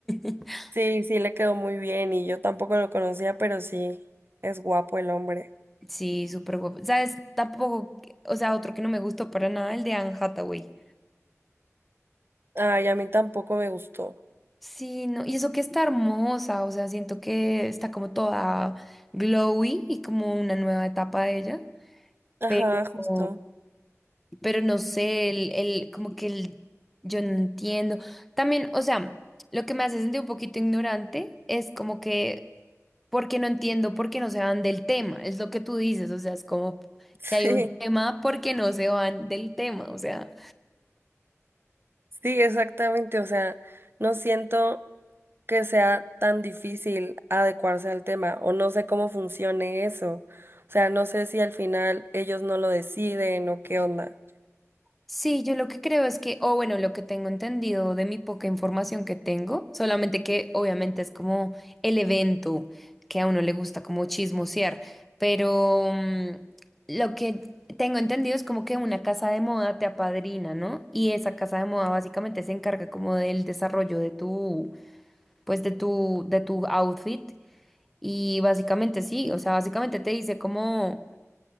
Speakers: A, in the centre; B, on the right.
A: <laughs>
B: Sí, sí, le quedó muy bien y yo tampoco lo conocía, pero sí, es guapo el hombre.
A: sí, súper guapo. ¿Sabes? Tampoco, que- o sea, otro que no me gustó para nada, el de Anne Hathaway.
B: Ay, a mí tampoco me gustó.
A: Sí, no, y eso que está hermosa, o sea, siento que está como toda glowy y como una nueva etapa de ella.
B: Ajá,
A: Pero,
B: justo.
A: pero no sé, el, el, como que el, yo no entiendo. También, o sea, lo que me hace sentir un poquito ignorante es como que, porque no entiendo, porque no se van del tema, es lo que tú dices, o sea, es como,
B: <laughs> Sí,
A: si hay un tema, porque no se van del tema? O sea,
B: sí, exactamente. O sea, no siento que sea tan difícil adecuarse al tema o no sé cómo funcione eso. O sea, no sé si al final ellos no lo deciden o qué onda.
A: Sí, yo lo que creo es que, o bueno, lo que tengo entendido de mi poca información que tengo, solamente que obviamente es como el evento que a uno le gusta como chismosear, pero mm, lo que tengo entendido es como que una casa de moda te apadrina, ¿no? Y esa casa de moda básicamente se encarga como del desarrollo de tu, pues de tu, de tu outfit y básicamente sí, o sea, básicamente te dice como